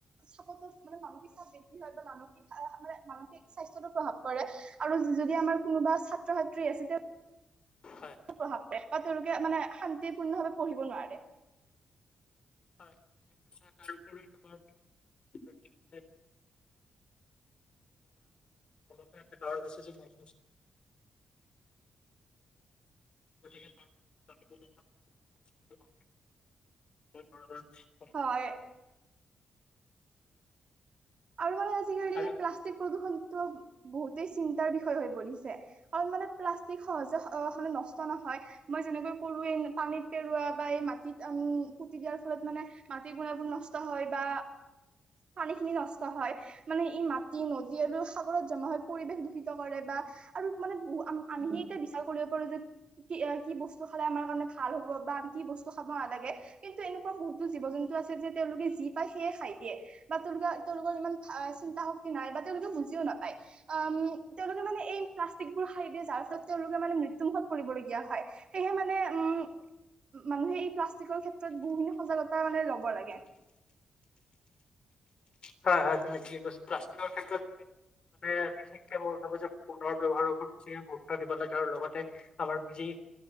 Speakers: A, on the right; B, on the left.
A: চাপতত মানে মানসিক চাপ বৃদ্ধি হয় বা মানসিক মানে মানসিক সাস্থ প্ৰভাৱ পৰে আৰু যদি আমাৰ কোনোবা ছাত্ৰ ছাত্ৰী আছে
B: হয়।
A: প্ৰভাৱ প বা তেওঁলোকে মানে শান্তিপূৰ্ণ ভাৱে পঢ়িব নোৱাৰে।
B: হয়' ঠিকে কৈছা তাৰ উপৰি তোমাৰ <unintelligible> গতিকে
A: হয়। আৰু মানে
B: আৰু
A: প্লাষ্টিক প্ৰদূষণতটো বহুতেই চিন্তাৰ বিষয় হৈ পৰিছে। কাৰণ মানে প্লাষ্টিক সহজে মানে নষ্ট নহয়। মই যেনেকৈ কলোৱে পানীত পেৰৱোৱা বা এই মাটিত উম পুতি দিয়াৰ ফলত মানে মাটিৰ গুণাগুণ নষ্ট হয় বা পানী খিনি নষ্ট হয় মানে ই মাটি, নদী আৰু সাগৰত জমা হয় পৰিৱেশ দূষিত কৰে বা আৰু মানে বহু আমিহে এতিয়া বিচাৰ কৰিব পাৰো যে কি কি বস্তু খালে আমাৰ কাৰণে ভাল হ'ব বা আমি কি বস্তু খাব নালাগে। কিন্তু এনেকুৱা বহুতো জীৱ জন্তু আছে, যে তেওঁলোকে যি পায় সেয়ে খাই দিয়ে বা তেওঁলোকে তেওঁলোকৰ ইমান চিন্তা শক্তি নাই বা তেওঁলোকে বুজিও নাপায়। আউম তেওঁলোকে মানে এই প্লাষ্টিকবোৰ খাই দিয়ে যাৰ ফলত তেওঁলোকে মানে মৃত্যুমুখত পৰিবলগীয়া হয়। সেয়েহে মানে উম মানুহে এই প্লাষ্টিকৰ ক্ষেত্ৰত বহুখিনি সজাগতা মানে ল'ব লাগে।
B: হয়, হয় তুমি ঠিকে কৈছা প্লাষ্টিকৰ ক্ষেত্ৰত মানে বিশেষকে মই ভাবো যে পুনৰ ব্যৱহাৰৰ ওপৰত যে গুৰুত্ব দিব লাগে আৰু লগতে আমাৰ যি